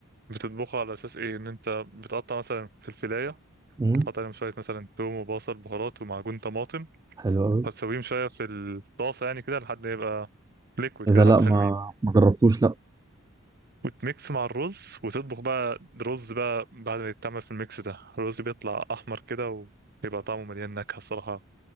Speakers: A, on the right (about 45°); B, on the right (about 15°).
A: بتطبخه على أساس إيه إن أنت بتقطع مثلا فلفلاية
B: امم
A: تحط عليهم شوية مثلا توم وبصل بهارات ومعجون طماطم
B: حلو قوي
A: هتسويهم شوية في الطاسة يعني كده لحد ما يبقى ليكويد
B: اذا
A: كده
B: لا
A: حبة
B: ما
A: حلوين
B: ما جربتوش
A: وتميكس مع الرز وتطبخ بقى رز بقى بعد ما يتعمل في الميكس ده الرز بيطلع احمر كده ويبقى طعمه مليان نكهه الصراحه